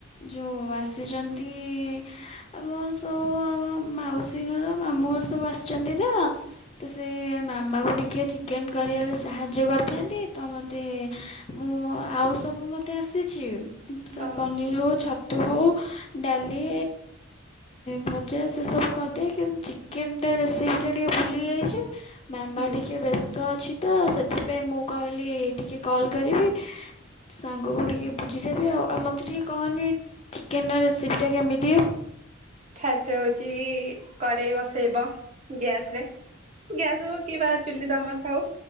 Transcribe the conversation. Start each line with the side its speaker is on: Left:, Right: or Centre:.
Left: ଯୋଉ ଆସିଚନ୍ତି ଆ ମୋର ସବୁ ଆମ ମାଉସୀ ଘର ମାମୁଁ ଘର ସବୁ ଆସିଚନ୍ତି ତ ତ ସେ ମାମା କୁ ଟିକେ ଚିକେନ କରିବାରେ ସାହାଯ୍ୟ କରି ଥାନ୍ତି ତ ମତେ ମୁଁ ଆଉ ସବୁ ମତେ ଆସିଛି। ସେ
Right: ହଁ
Left: ପନିର ହଉ ଛାତୁ ହଉ ଡାଲି ଭ ଜା ସେସବୁ କରିଦିଏ କିନ୍ତୁ ଚିକେନ ଟା ରେସିପିଟା ଟିକେ ଭୁଲିଯାଇଚି। ମାମା
Right: ହୁଁ।
Left: ଟିକେ ବ୍ୟସ୍ତ ଅଛି ତ ସେଥିପାଇଁ ମୁଁ କହିଲି ଟିକଏ କଲ୍ କରିବି ସାଙ୍ଗକୁ ଟିକେ ବୁଝିଦେବି। ଆଉ ଆଉ ମତେ ଟିକେ କହନି ଚିକେନ ର ରେସିପି ଟା କେମିତି?
Right: ଫାଷ୍ଟ ହଉଛି କଢେଇ ବସେଇବ ଗ୍ୟାସରେ ଗ୍ୟାସ ହଉ କି ବା ଚୁଲି ତମର ଥାଉ